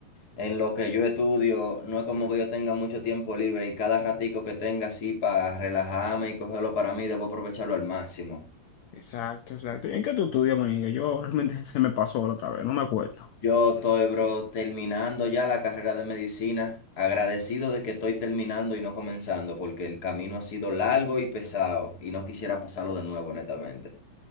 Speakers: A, on the left; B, on the left.
A: en lo que yo estudio no es como que yo tenga mucho tiempo libre y cada ratico que tenga así para relajarme y cogerlo para mí, debo aprovecharlo al máximo.
B: Exacto, exacto. ¿En qué tú estudias, manica? Yo realmente <laughs> se me pasó la otra vez, no me acuerdo.
A: Yo estoy, bro, terminando ya la carrera de medicina, agradecido de que estoy terminando y no comenzando, porque el camino ha sido largo y pesado y no quisiera pasarlo de nuevo, honestamente.